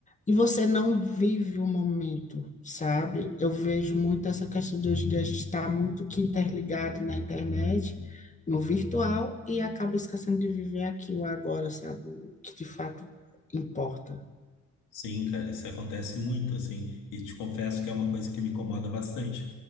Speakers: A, on the left; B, on the left.
A: e você não vive o momento, sabe? Eu vejo muito essa questão de hoje em dia a gente está muito que interligado na internet, no virtual, e acaba esquecendo de viver aqui o agora, sabe? O que de fato importa.
B: Sim, cara, isso acontece muito, assim, e te confesso que é uma coisa que me incomoda bastante.